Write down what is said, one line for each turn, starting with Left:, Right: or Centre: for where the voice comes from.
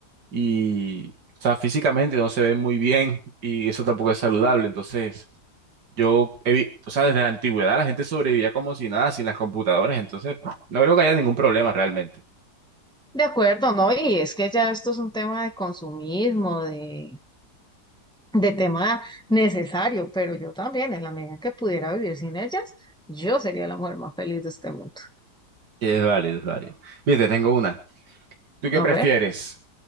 Right: y, o sea, físicamente no se ven muy bien y eso tampoco es saludable. Entonces, Yo, he vi- o sea, desde la antigüedad la gente sobrevivía como si nada, sin las computadoras, entonces no creo que haya ningún problema realmente.
Centre: De acuerdo, ¿no? Y es que ya esto es un tema de consumismo, de, de tema necesario, pero yo también, en la medida que pudiera vivir sin ellas, yo sería la mujer más feliz de este mundo.
Right: Es válido, es válido. Bien, te tengo una. ¿Tú qué
Centre: A
Right: prefieres?
Centre: ver,